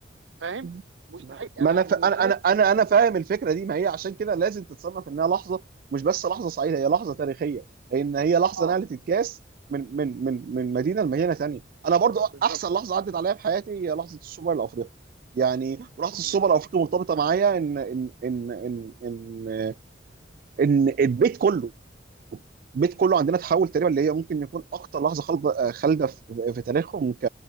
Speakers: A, on the right (about 80°); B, on the right (about 50°).
A: فاهم
B: مم.
A: مستحيل
B: ما
A: انا
B: ما انا
A: بالنسبه
B: ف... انا
A: لي
B: انا انا انا فاهم الفكره دي ما هي عشان كده لازم تتصنف انها لحظه مش بس لحظه سعيده هي لحظه تاريخيه لان هي لحظه
A: اه
B: نقلت الكاس من من من من مدينه لمدينه ثانيه انا برضو
A: بالظبط
B: احسن لحظه عدت عليا في حياتي هي لحظه السوبر الافريقي يعني لحظه السوبر
A: م.
B: الافريقي مرتبطه معايا ان ان ان ان ان, إن البيت كله البيت كله عندنا اتحول تقريبا اللي هي ممكن يكون اكتر لحظه خالده خالده في في تاريخهم ك